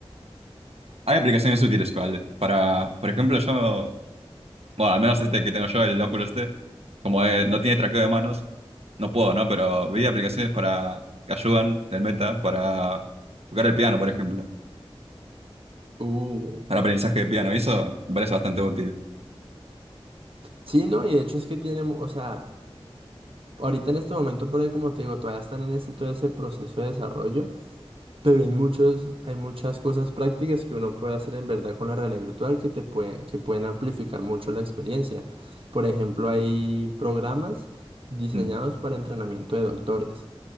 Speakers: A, on the right; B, on the right.
A: Hay aplicaciones útiles igual. Para, por ejemplo, yo, bueno, al menos este que tengo yo, el Oculus este, como eh, no tiene traqueo de manos, no puedo, ¿no? Pero vi aplicaciones para que ayudan del Meta para tocar el piano, por ejemplo,
B: Uh.
A: para aprendizaje de piano. Y eso me parece bastante útil.
B: Sí, no, y de hecho es que tienen, o sea, ahorita en este momento, por ahí, como te digo, todavía están en ese, todo ese proceso de desarrollo, pero hay muchos, hay muchas cosas prácticas que uno puede hacer en verdad con la realidad virtual que te pueden, que pueden amplificar mucho la experiencia. Por ejemplo, hay programas diseñados
A: Mm,
B: para entrenamiento de doctores.